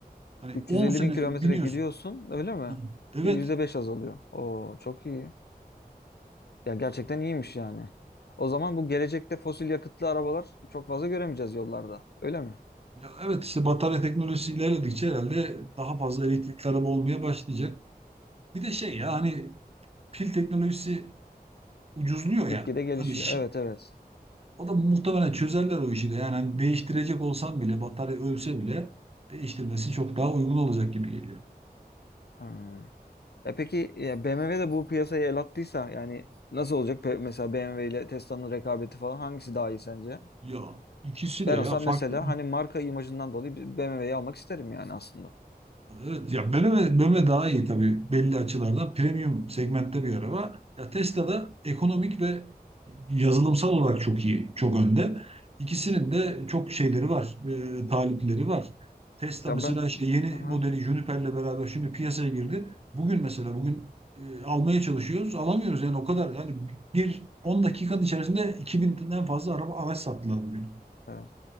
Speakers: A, on the right (about 40°); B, on the left (about 85°).
A: Hani
B: 350
A: 10 sene
B: bin kilometre
A: biniyorsun.
B: gidiyorsun öyle mi?
A: Hı. Evet.
B: %5 azalıyor. Oo çok iyi. Ya gerçekten iyiymiş yani. O zaman bu gelecekte fosil yakıtlı arabalar çok fazla göremeyeceğiz yollarda. Öyle mi?
A: Ya evet işte batarya teknolojisi ilerledikçe herhalde daha fazla elektrikli araba olmaya başlayacak. Bir de şey ya hani pil teknolojisi ucuzluyor
B: Gitgide
A: ya.
B: gelişiyor.
A: Hani şi-
B: Evet evet.
A: O da muhtemelen çözerler o işi de. Yani hani değiştirecek olsan bile batarya ölse bile değiştirmesi çok daha uygun olacak gibi geliyor.
B: Ha. E peki ya BMW de bu piyasaya el attıysa yani nasıl olacak? Pe- Mesela BMW ile Tesla'nın rekabeti falan hangisi daha iyi sence?
A: Ya ikisi
B: Ben
A: de ya
B: olsam
A: farklı.
B: mesela hani marka imajından dolayı BMW'yi almak isterim yani aslında.
A: Evet, ya BMW, BMW daha iyi tabii belli açılarda. Premium segmentte bir araba. Ya Tesla da ekonomik ve yazılımsal olarak çok iyi, çok önde. İkisinin de çok şeyleri var, e, talipleri var. Tesla
B: Ya
A: mesela
B: ben
A: işte yeni
B: Aha,
A: modeli Juniper'le beraber şimdi piyasaya girdi. Bugün mesela bugün e, almaya çalışıyoruz, alamıyoruz yani o kadar. Yani bir 10 dakikanın içerisinde 2000'den fazla araba araç sattılar bugün.
B: evet.